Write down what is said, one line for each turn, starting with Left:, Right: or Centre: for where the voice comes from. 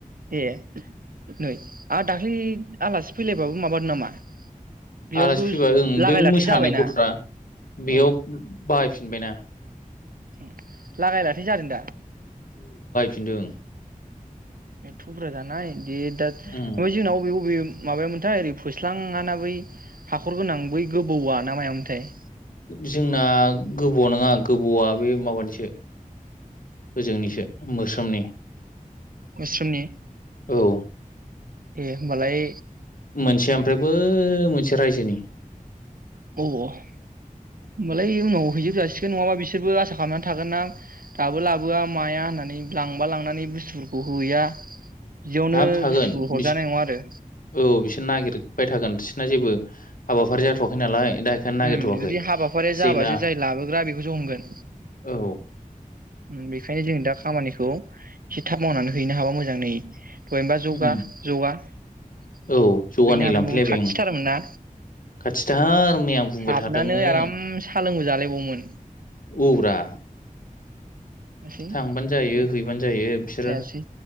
Right: ए नै आरो दाख्लै आलासि फैलायबाबो माबादों नामा बेयावथ'
Left: आलासि फैबा ओं
Right: लागाय
Left: बे
Right: लाथाय
Left: मोसानाय
Right: जाबायना
Left: गथ'फ्रा बेयाव
Right: औ
Left: बाहायफिनबायना।
Right: हुम। लागायलाथै जादों दा?
Left: फिन्दों।
Right: थुब्रा जानाय दे दा ओमफाय
Left: उम
Right: जोंना अबे अबे माबायामोनथाय ओरै फोस्लाङाना बै हाखर गोनां बै गोबौया ना मायामोन्थाय?
Left: जोंना गोबौ नङा गोबौआ बे माबानिसो ओजोंनिसो। मोस्रोमनि
Right: मोस्रोमनि
Left: औ।
Right: ए होमबालाय
Left: मोनसे ओमफ्राय बो मोनसे रायजोनि।
Right: अ होमबालाय इयो उनाव हैजोब जाासिगोन नङाबा बिसोरबो आसा खालामनानै थागोन ना दाबो लाबोआ माया होन्नानै लांबा लांनानै बुस्थुफोरखौ हैया बिदियावनो
Left: हाब थागोन
Right: बुस्थुखौ हरजानाय
Left: बिस
Right: नङा आरो
Left: औ बिसोर नागिरबाय थागोन बिसोरना जेबो हाबाफारि जाथ'वाखै नालाय दा बेखायनो नागिरथ'वाखै
Right: उम जुदि हाबाफारिया
Left: जेला
Right: जाबासो जाय लाबोग्रा बेखौसो हमगोन।
Left: औ
Right: उम बेखायनो जों दा खामानिखौ एसे थाब मावनानै हैनो हाबा मोजां नै। दहायनोबा जौगा
Left: उम
Right: जगा हैनो
Left: औ जगानै
Right: हानांगौमोन।
Left: लांफैलायबाय
Right: खाथिथारमोन
Left: आङो
Right: ना?
Left: खाथिथार मैया बुंबाय
Right: हाबनानै
Left: थादोंमोन
Right: आराम सा लोंबो जालाय गमोन
Left: औब्रा।
Right: जायासै
Left: थांबान जायो
Right: गैया
Left: हैबानो जायो।
Right: जायासै